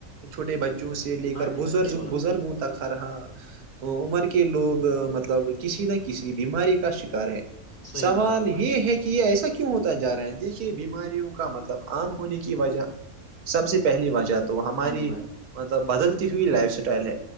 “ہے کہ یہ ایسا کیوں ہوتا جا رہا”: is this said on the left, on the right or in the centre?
Right